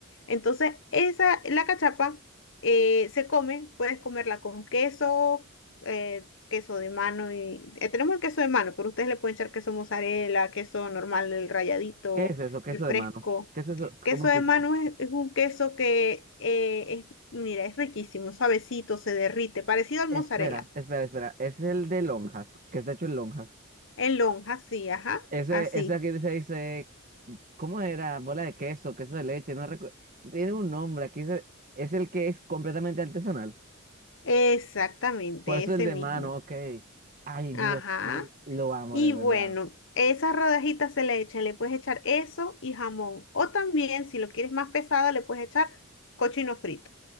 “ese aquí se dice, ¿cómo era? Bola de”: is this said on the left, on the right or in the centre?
Right